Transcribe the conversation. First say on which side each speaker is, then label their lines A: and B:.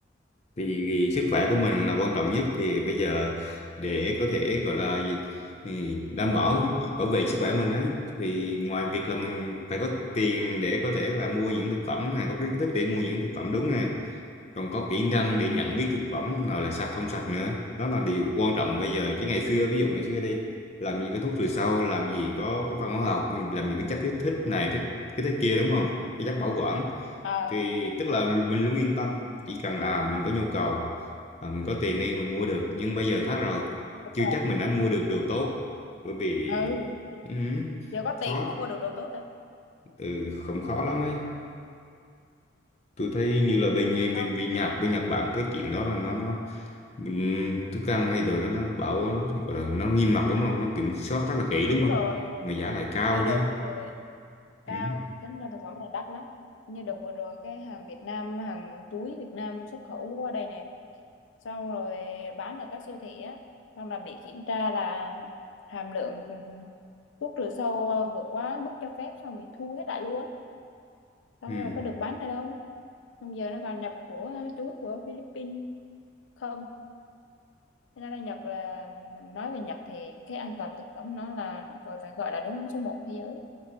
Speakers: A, on the left; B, on the left.
A: Vì, vì sức khỏe của mình là quan trọng nhất thì bây giờ để có thể gọi là gì thì đảm bảo bảo vệ sức khỏe mình ấy thì ngoài việc là mình phải có tiền để có thể là mua những thực phẩm này có cái kiến thức để mua những thực phẩm đúng nè còn có kỹ năng
B: ừ
A: để nhận biết thực phẩm nào là sạch không sạch nữa đó là điều quan trọng bây giờ chứ ngày xưa ví dụ ngày xưa đi làm gì có thuốc trừ sâu làm gì có có phân hóa học làm gì có chất kích thích này thích cái thích kia đúng không cái chất bảo quản
B: ờ
A: thì tức là mình luôn yên tâm chỉ cần là mình có nhu cầu à, mình có tiền đi mình mua được nhưng bây giờ khác rồi
B: đúng
A: chưa
B: rồi
A: chắc mình đã mua được đồ tốt bởi vì
B: ừ
A: ừ,
B: giờ có tiền
A: khó
B: cũng không mua được đồ tốt đâu
A: ừ, không khó lắm ấy tôi thấy như là bên
B: Đâu,
A: bên, bên Nhật bên Nhật Bản cái chuyện đó là nó nó mình thức ăn hay đồ đó nó bảo gọi là nó nghiêm ngặt đúng không nó kiểm soát rất là kỹ
B: đúng
A: đúng không
B: rồi
A: mà giá lại cao
B: như đợt
A: nữa
B: vừa rồi
A: ừ.
B: cao tính ra thực phẩm này đắt lắm như đợt vừa rồi cái hàng Việt Nam hàng chuối Việt Nam xuất khẩu qua đây nè xong rồi bán ở các siêu thị á xong là bị kiểm tra là hàm lượng thuốc trừ sâu vượt quá mức cho phép xong bị thu hết lại luôn xong
A: Ừ.
B: rồi có được bán ở đâu xong giờ nó còn nhập của chuối của Philippines không thế nên là Nhật là mình nói về Nhật thì cái an toàn thực phẩm nó là gọi phải gọi là đứng số một thế giới